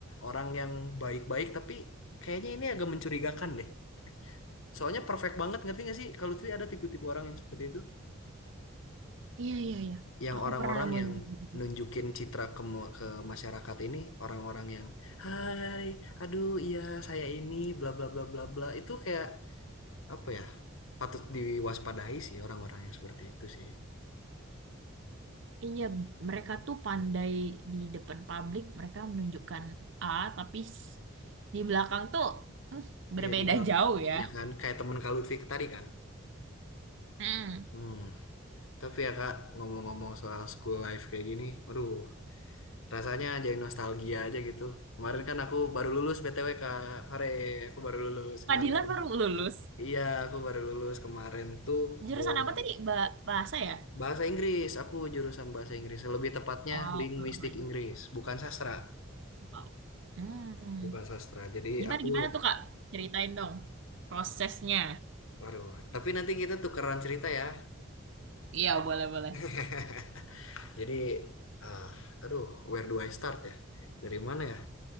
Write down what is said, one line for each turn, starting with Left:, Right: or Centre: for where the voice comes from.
Left: orang yang baik-baik tapi kayaknya ini agak mencurigakan deh. Soalnya perfect banget ngerti gak sih kalau tuh ada tipe-tipe orang yang seperti itu,
Right: Iya, iya, iya.
Left: yang
Right: Aku
Left: orang-orang
Right: pernah nemuin
Left: yang
Right: kayak gitu.
Left: nunjukin citra ke ma- ke masyarakat ini, orang-orang yang Hai, aduh iya saya ini bla bla bla bla bla. Itu kayak apa ya patut diwaspadai sih orang-orang yang seperti itu sih
Right: Iya, mereka tuh pandai di depan publik, mereka menunjukkan A, tapi s- di belakang tuh hmm, berbeda
Left: ya di belak-
Right: jauh ya.
Left: ya kan kayak temen Kak Lutfi tadi kan
Right: Hmm.
Left: hmm tapi ya Kak ngomong-ngomong soal school life kayak gini aduh rasanya jadi nostalgia aja gitu kemarin kan aku baru lulus BTW Kak Hore aku baru lulus kemarin
Right: Kak baru lulus.
Left: iya aku baru lulus kemarin tuh
Right: Jurusan
Left: bulan
Right: apa tadi? Ba- bahasa ya?
Left: bahasa Inggris aku jurusan bahasa Inggris lebih tepatnya
Right: Oh,
Left: linguistik
Right: keren.
Left: Inggris bukan sastra
Right: Wow. Hmm.
Left: bukan sastra jadi
Right: Gimana
Left: aku
Right: gimana tuh, Kak? Ceritain dong prosesnya.
Left: Waduh, tapi nanti kita tukeran cerita ya
Right: Iya, boleh-boleh.
Left: <laughs> Jadi, ah, aduh, where do I start ya? Dari mana ya?